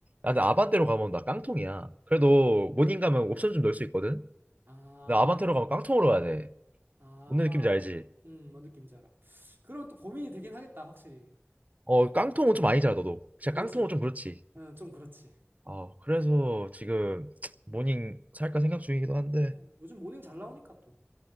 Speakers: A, on the right; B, on the right.
A: 야, 근데 아반떼로 가면 나 깡통이야. 그래도 모닝
B: 음,
A: 가면 옵션 좀 넣을 수 있거든.
B: 아.
A: 근데 아반떼로 가면 깡통으로 가야 돼.
B: 아하.
A: 무슨 느낌인지 알지?
B: 음, 뭔 느낌인지 알아. 그러면 또 고민이 되긴 하겠다, 확실히.
A: 어, 깡통은 좀 아니잖아, 너도. 진짜
B: 그렇지.
A: 깡통은 좀 그렇지.
B: 응, 좀 그렇지.
A: 아, 그래서 지금
B: 음.
A: 모닝 살까
B: 네.
A: 생각 중이기도 한데,
B: 그래. 요즘 모닝 잘 나오니까 또.